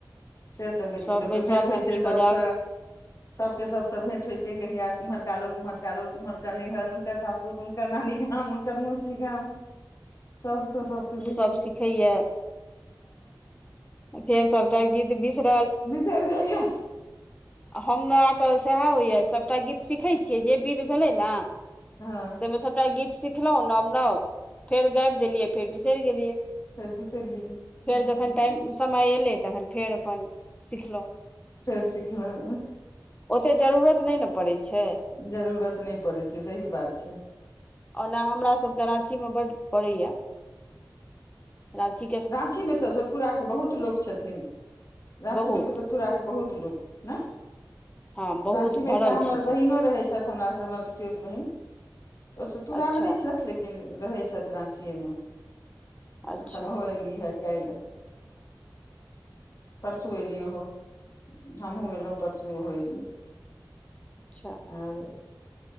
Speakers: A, on the left; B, on the left.
A: से तऽ होइ
B: सभ
A: छै लोकके
B: बैसल
A: भेंट होइ
B: हँसी
A: छै सभसँ
B: <inaudible>
A: सबके सब भेंट होय छै कहियास इमहरका लोक उम्हका लोक उम्हर नैहर ऊहनकर सासुरु एकर नानी गम उनकर मोसी गम
B: <inaudible>
A: सबसँ सबके भी
B: सब सिखैय फेर सबटा गीत बिसरल
A: बिसर जाइय
B: आ हमरा तऽ सएह होइए सभटा गीत सीखै छियै जे विध भेलै ने
A: हँ
B: मे सबटा गीत सिखलहु नव नव फेर गाबि देलियै फेर बिसरि गेलियै
A: फेर बिसरि गेली
B: फेर
A: हँ
B: जखन टाइम समय अयलै तखन फेर अपन सिखलहुँ।
A: फेर सिखलौ
B: ओतेक जरूरत नय न पड़ै छैय।
A: जरूरत नहि पड़ै छै सही बात छै
B: ओना हमरा सबके राची मे बड पड़े या रांची
A: रांची में तो सतपुरा के बहुत लोक छथिन। राची
B: बहुत
A: में तो सतपुरा के बहुत लोग ने
B: हँ बहुत
A: रांची मे
B: भरल
A: एकटा हमर
B: छै सभ
A: बहिनो रहे हमरा स हमर पीतयौत बहिन ओ सतपुरा
B: अच्छा
A: मे नय छथि लेकिन रहै छथि राँचीे मे
B: अच्छा
A: एखन ओ एयली हे काल्हि परसू एलियो हो हमहहुँ एलहु परसु ओहो एली
B: अच्छा
A: आर